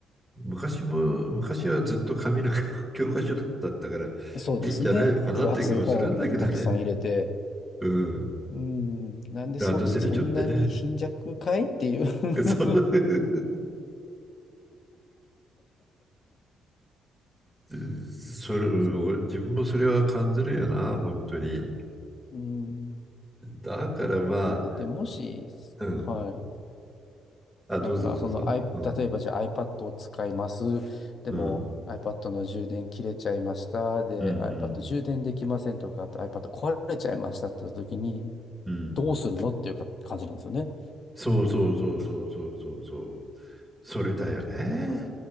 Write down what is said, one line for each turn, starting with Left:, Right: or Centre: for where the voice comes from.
Centre: 昔も、昔はずっと紙の <laughs> 教科書だったから、い
Left: そうですね。
Centre: いんじゃないのかなっていう気もするんだけどね。
Left: 分厚い本たくさん入れて、
Centre: うん。
Left: うん、なんでそ、
Centre: ランドセルしょってね。
Left: そんなに貧弱かいっていう <laughs>
Centre: <laughs> そううんそれ、
Left: そ
Centre: 自分もそれは感じるよな、本当に。うん
Left: う。うん。
Centre: だからまあ、
Left: だってもし、
Centre: うん。
Left: はい。
Centre: あ、どうぞどうぞ。
Left: なんか、その、アイ例えばじゃあ
Centre: うん。
Left: iPad を使います。でも
Centre: うん。
Left: iPad の充電切れちゃいました。で、
Centre: うん。うん。
Left: iPad 充電できませんとか、あと iPad 壊れちゃいましたって時に、
Centre: うん。
Left: どうするのっていうか感じなんですよね。
Centre: そうそうそうそうそうそうそう。それだよね。
Left: なんか、